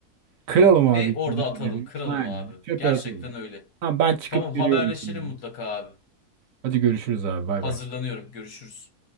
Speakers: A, on the right; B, on the left.
A: Kıralım abi
B: Ve
A: içindekileri.
B: orada atalım, kıralım
A: Aynen.
B: abi.
A: Çöpe
B: Gerçekten
A: atalım.
B: öyle.
A: Tamam ben çıkıp
B: Tamam
A: geliyorum
B: haberleşelim
A: şimdi.
B: mutlaka abi.
A: Hadi görüşürüz abi. Bay
B: Hazırlanıyorum.
A: bay.
B: Görüşürüz.